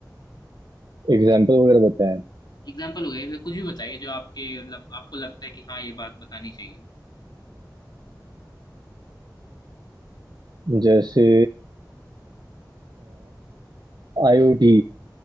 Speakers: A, on the right; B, on the left.
A: एग्जाम्पल वगैरह बताएं
B: एग्जाम्पल वगैरह फिर कुछ भी बताइए जो आपके मतलब आपको लगता है कि हाँ ये बात बतानी चाहिए
A: जैसे आईओटी